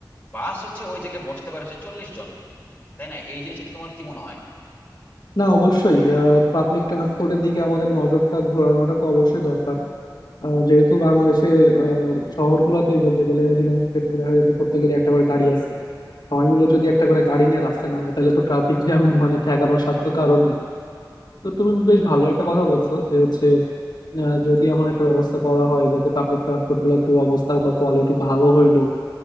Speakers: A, on the left; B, on the left.
A: বাস হচ্ছে ওই জায়গায় বসতে পারে হচ্ছে চল্লিশ জন তাই না এই জিনিসটাকে তোমার কি মনে হয়
B: না অবশ্যই পাবলিক ট্রান্সপোর্টের দিকে আমাদের নজরটা ঘোরানোটা তো অবশ্যই দরকার আহ, যেহেতু বাংলাদেশের আহ, শহরগুলোতেই বলতে গেলে অধিকাংশ ক্ষেত্রে দেখা যাচ্ছে প্রত্যেকেরই একটা করে গাড়ি আছে সবাই মিলে যদি একটা করে গাড়ি নিয়ে রাস্তায় নামে তাহলে তো ট্রাফিক জ্যাম মানে ঠেকানোর সাধ্য কারণ নেই তো তুমি বেশ ভালো একটা কথা বলছো যে হচ্ছে আহ, যদি এমন একটা ব্যবস্থা করা হয় যাতে পাবলিক ট্রান্সপোর্ট গুলো একটু অবস্থা বা কোয়ালিটি ভালো হইলো